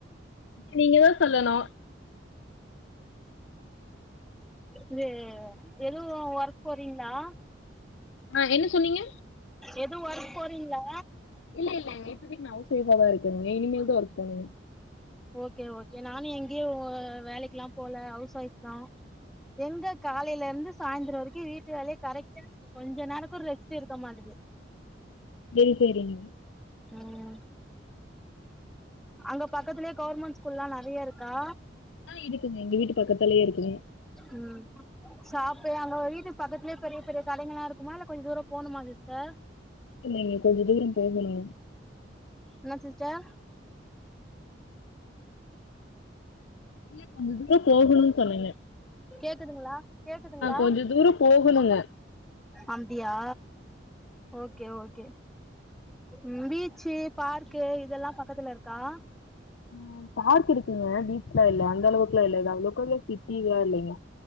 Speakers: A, on the left; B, in the centre.
A: நீங்கதா சொல்லணு
B: இது எதுவு வொர்க் போறீங்ளா
A: ஆ என்ன சொன்னீங்க
B: எது ஒர்க் போறீங்ளா
A: இல்ல இல்ல இப்போதைக்கு நா ஹவுஸ் வைஃபாதா இருக்கங்க இனிமேல்தா ஒர்க் பண்ணுங்க
B: ஓகே ஓகே நானு எங்கயு வேலைக்குல்லா போல ஹவுஸ் ஒய்ஃப்தா எங்க காலைல இருந்து சாய்ந்தரோ வரிக்கு வீட்டு வேலையே கரெக்டா கொஞ்ச நேரக்கு ரெஸ்ட்டு இருக்க மாட்டுது
A: சேரி சேரிங்க
B: ம் அங்க பக்கத்துலயே கவுர்மெண்ட் ஸ்கூல்லா நறைய இருக்கா
A: ஆ இருக்குங்க எங்க வீட்டு பக்கத்துலயே இருக்குதுங்க
B: ம் சாப்புல்லா அங்க வீட்டு பக்கத்துலயே பெரிய பெரிய கடைங்களா இருக்குமா இல்ல கொஞ்ச தூரோ போணுமா சிஸ்டர்
A: நீங்க கொஞ்சோ தூரோ போகணு
B: என்ன சிஸ்டர்
A: இல்ல கொஞ்ச தூரோ போகணுன் சொன்னீங்க
B: கேக்குதுங்ளா கேக்குதுங்ளா
A: கொஞ்ச தூரம் போகணுங்க
B: அப்டியா ஓகே ஓகே ம் பீச்சு பார்க்கு இதெல்லா பக்கத்துல இருக்கா
A: ஆ பார்க் இருக்குங்க பீச்லா இல்ல அந்த அளவுக்குலா இல்ல இது அவ்வளோக்குமே சிட்டிதானா